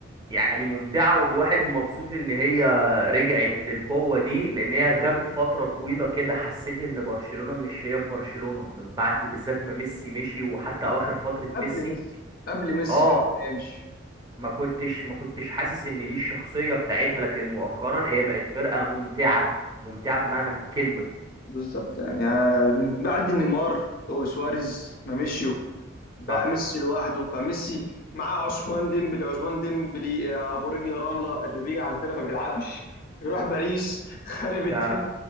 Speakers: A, on the right; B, on the left.
A: يعني ممتعة والواحد مبسوط إن
B: <laughs>
A: هي
B: بس
A: رجعت للقوة دي لأن هي غابت فترة طويلة كده حسيت إن برشلونة مش هي برشلونة من بعد بالذات ما ميسي مشي وحتى أواخر فترة
B: قبل
A: ميسي
B: ميسي قبل ميسي
A: اه
B: كمان ما يمشي
A: ما كنتش ما كنتش حاسس ان دي الشخصية بتاعتها لكن مؤخرا هي بقت فرقة ممتعة ممتعة بمعنى الكلمة
B: بالظبط يعني آه، من بعد نيمار وسواريز ما مشيوا بقى
A: صح
B: ميسي لوحده فميسي معاه عثمان ديمبلي عثمان ديمبلي آه، ابو رجل رمله اللي بيجي عندنا ما بيلعبش بيروح باريس خارب الدنيا
A: ده